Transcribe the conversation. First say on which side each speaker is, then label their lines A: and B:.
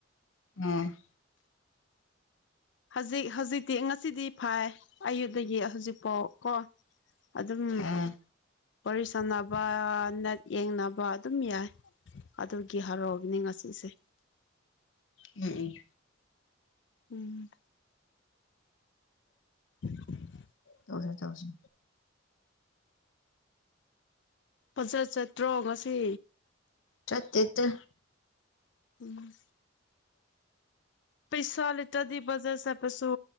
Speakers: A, on the left (about 75°); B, on the left (about 60°).
A: ꯎꯝ
B: ꯍꯖꯤꯛ ꯍꯧꯖꯤꯛꯇꯤ ꯉꯁꯤꯗꯤ ꯐꯥꯏꯌꯦ ꯑꯌꯨꯗꯒꯤ ꯍꯧꯖꯤꯛꯄꯥꯎ ꯀꯣ ꯑꯗꯨꯝ
A: ꯑꯥ
B: ꯋꯥꯔꯤ ꯁꯥꯟꯅꯕ ꯅꯠ ꯌꯦꯡꯅꯕ ꯑꯗꯨꯝ ꯌꯥꯏ ꯑꯗꯨꯒꯤ ꯍꯔꯥꯎꯕꯅꯤ ꯉꯁꯤꯁꯦ꯫
A: ꯎꯝ ꯎꯝ꯫
B: ꯎꯝ꯫ <unintelligible>
A: ꯇꯧꯁꯦ ꯇꯧꯁꯦ꯫
B: ꯄꯖꯠ ꯆꯠꯇ꯭ꯔꯣ ꯉꯁꯤ꯫
A: ꯆꯠꯇꯦꯗ꯫
B: ꯎꯝ꯫ ꯄꯩꯁꯥ ꯂꯩꯇꯗꯤ ꯕꯖꯥꯔ ꯆꯠꯄꯁꯨ